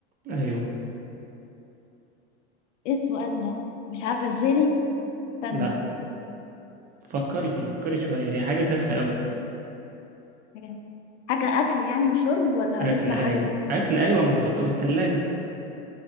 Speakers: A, on the right; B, on the left.
A: أيوة
B: ايه السؤال ده مش عارفة الجيلي استنى
A: لأ فكري فكري شوية هي حاجة تافهة أوي
B: حاجة حاجة اكل يعني وشرب ولا
A: أكل
B: هتطلع
A: أيوة
B: حاجة ج-
A: أكل أيوة ما هحطه في التلاجة